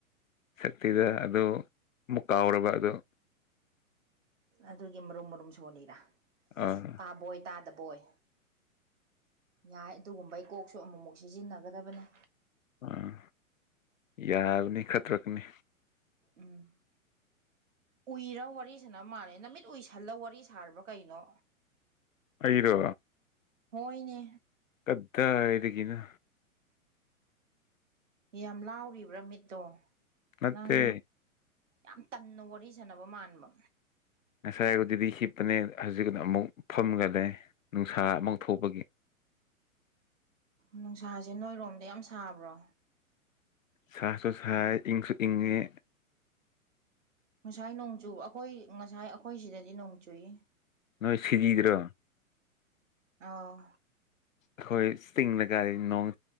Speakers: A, on the left; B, on the right.
A: ꯁꯛꯇꯤꯗ ꯑꯗꯨ ꯑꯃꯨꯛ ꯀꯥꯎꯔꯕ ꯑꯗꯨ
B: ꯑꯗꯨꯒꯤ ꯃꯔꯨꯝ ꯃꯔꯨꯝ ꯁꯣꯜꯂꯤꯔꯥ
A: ꯑꯥ
B: ꯇꯥꯕꯣꯏ ꯇꯥꯗꯕ ꯑꯕꯣꯏ ꯌꯥꯏ ꯑꯗꯨꯒꯨꯝꯕꯩ ꯀꯣꯛꯁꯨ ꯑꯃꯨꯛꯃꯨꯛ ꯁꯤꯖꯤꯟꯅꯒꯗꯕꯅꯤ
A: ꯑꯥ ꯌꯥꯔꯅꯤ ꯈꯠꯇ꯭ꯔꯛꯅꯤ
B: ꯎꯝ ꯎꯏꯔ ꯋꯥꯔꯤꯁꯤꯅ ꯃꯥꯥꯟꯂ ꯅꯨꯃꯤꯠ ꯎꯏꯁꯜꯂ ꯋꯥꯔꯤ ꯁꯥꯔꯕ꯭ꯔꯥ ꯀꯩꯅꯣ
A: ꯑꯩꯔ
B: ꯍꯣꯏꯅꯦ
A: ꯀꯗꯥ ꯏꯗꯒꯤꯅ
B: ꯌꯥꯝ ꯂꯥꯎꯔꯤꯕ꯭ꯔꯥ ꯃꯤꯠꯇꯣ
A: ꯅꯠꯇꯦ
B: ꯅꯪ ꯌꯥꯝ ꯇꯟꯅ ꯋꯥꯔꯤ ꯁꯥꯟꯅꯕ ꯃꯥꯟꯕ
A: ꯉꯁꯥꯏꯒꯗꯨꯗꯤ ꯍꯤꯞꯄꯅꯦ ꯍꯧꯖꯤꯛꯅ ꯑꯃꯨꯛ ꯐꯝꯒꯂꯦ ꯅꯨꯡꯁꯥ ꯑꯃꯨꯛ ꯊꯣꯛꯄꯒꯤ
B: ꯅꯨꯡꯁꯥꯁꯦ ꯅꯣꯏꯔꯣꯝꯗ ꯌꯥꯝ ꯁꯥꯕ꯭ꯔꯣ
A: ꯁꯥꯁꯨ ꯁꯥꯏ ꯏꯪꯁꯨ ꯏꯪꯉꯦ
B: ꯉꯁꯥꯏ ꯅꯣꯡꯆꯨꯕ ꯑꯩꯈꯣꯏ ꯉꯁꯥꯏ ꯑꯩꯈꯣꯏ ꯁꯤꯗꯗꯤ ꯅꯣꯡ ꯆꯨꯏ
A: ꯅꯣꯏ ꯁꯤꯖꯤꯗ꯭ꯔꯣ
B: ꯑꯣ
A: ꯑꯩꯈꯣꯏ ꯇꯤꯡꯗ ꯀꯥꯏꯔꯤ ꯅꯣꯡ